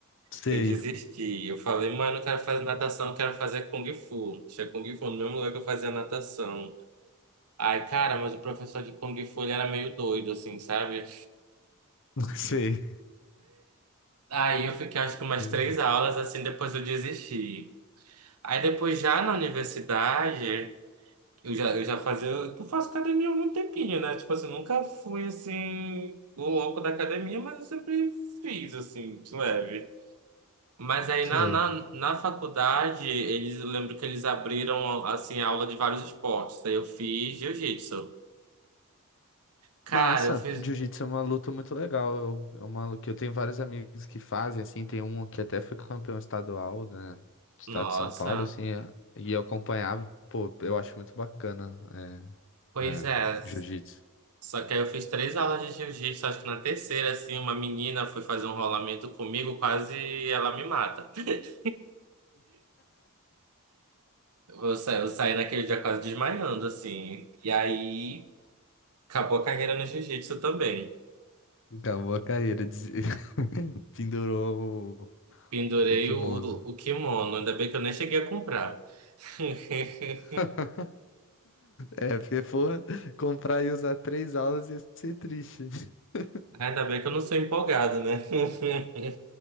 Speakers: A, on the left; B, on the right.
A: Sei,
B: eu desisti. Eu falei, mãe, eu não quero fazer natação, eu quero fazer Kung Fu. Tinha Kung Fu no mesmo lugar que eu fazia natação. Ai, cara, mas o professor de Kung Fu, ele era meio doido, assim, sabe?
A: <laughs> sei.
B: Aí eu fiquei, acho que umas três
A: <laughs>
B: aulas, assim, depois eu desisti. Aí depois já na universidade, eu já, eu já fazia. Eu faço academia há algum tempinho, né? Tipo assim, nunca fui assim, o louco da academia, mas eu sempre fiz, assim, de leve. Mas aí
A: Sei.
B: na, na, na faculdade, eles, eu lembro que eles abriram, assim, aula de vários esportes. Aí eu fiz jiu-jitsu. Cara,
A: Massa,
B: eu fiz.
A: jiu-jitsu é uma luta muito legal. Eu, é uma luta que eu tenho vários amigos que fazem, assim, tem um que até foi campeão estadual, né, do estado
B: Nossa,
A: de São Paulo, assim, é- e eu acompanhava, pô, eu acho muito bacana,
B: pois
A: é,
B: é.
A: é, jiu-jitsu.
B: Só que aí eu fiz três aulas de jiu-jitsu, acho que na terceira, assim, uma menina foi fazer um rolamento comigo, quase ela me mata. <laughs> Eu saí, eu saí naquele dia quase desmaiando, assim. E aí acabou a carreira no jiu-jitsu também.
A: Acabou a carreira, des- <laughs> pendurou
B: Pendurei
A: o, o kimono.
B: o, o, o kimono, ainda bem que eu nem cheguei a comprar. <laughs>
A: <laughs> É, porque for comprar e usar três aulas ia ser triste. <laughs>
B: Ainda bem que eu não sou empolgado, né? <laughs>